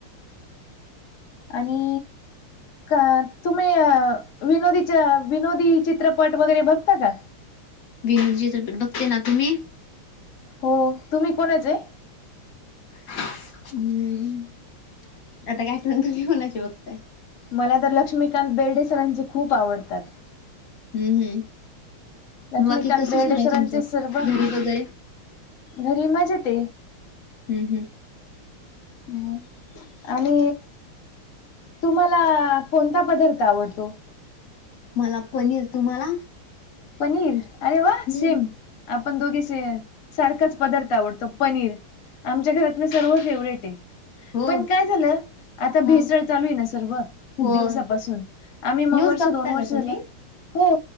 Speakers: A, on the left (about 75°); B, on the left (about 45°).
A: आणि का तुम्ही विनोदीच्या विनोदी चित्रपट वगैरे बघता का?
B: विनूद चित्रपट बघते ना, तुम्ही?
A: हो, तुम्ही कोणाच आहे?
B: हम्म आता कायठ तु कणाची बघताय?
A: मला तर लक्ष्मीकांत बेर्डेसरांचे खूप आवडतात.
B: हम्म हम्,
A: लक्ष्मीकांत
B: बाकी कस
A: बेर्डे
B: सुर आहे
A: सरांचे
B: तुमचं
A: सर्व
B: घरी वगैरे?
A: घरी मजेत.
B: हम् हम्.
A: मग आणि तुम्हाला कोणता पदार्थ आवडतो?
B: मला पनीर, तुम्हाला?
A: पनीर अरे वा
B: हम्म
A: सेम आपण दोघे स सारखाच पदार्थ आवडतो. पनीर आमच्या घरातलं सर्व फेवरेट आहे.
B: हो
A: पण काय झालं आता
B: हा
A: भेसळ चालू आहे ना सर्व खूप
B: हो.
A: दिवसापासून. आम्ही मग
B: न्यूज
A: वर्ष
B: बघता
A: दोन वर्ष
B: का तुम्ही?
A: झालं हो